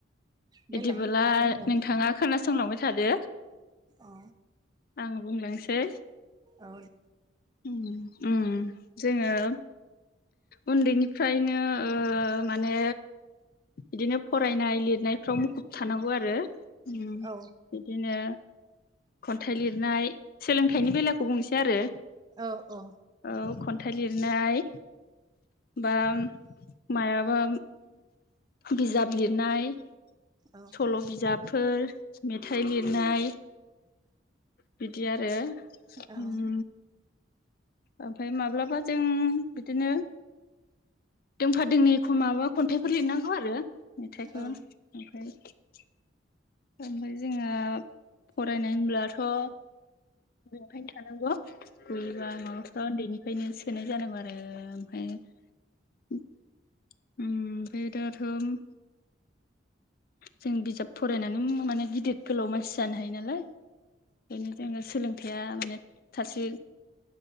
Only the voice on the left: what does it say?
बिदिबोला
नोंथाङा खोना संलांबाय थादो
आं बुंलांनोसै
उम उम जोङो उन्दैनिफ्रायनो ओ माने बिदिनो फरायनाय लिरनाय फ्राव मुखुब थानांगौ आरो उम
बिदिनो खन्थाइ लिरनाय सोलोंथाइनि बेलाखौ बुंनोसै आरो
औ खन्थाइ लिर नाय बा माया बा बिजाब लिरनाय
सल बिजाब फोर मेथाइ लिरनाय बिदि आरो
उम ओमफ्राय माब्लाबा जों बिदिनो दोंफा दोंनैखौ माबा खन्थाइफोर लिरनांगौ आरो मेथाइखौ
ओमफ्राय <inaudible> ओमफ्राय जोंहा फरायनाय होनब्ला अ <unintelligible> <unintelligible> उन्दैनिफ्रायनो <unintelligible> आरो ओमफ्राय उम <unintelligible> जों बिजाब फरायनानै माने गिदिर गोलाव मानसि जानो हायो नालाय बेनो जोङो सोलों थाइया माने सासे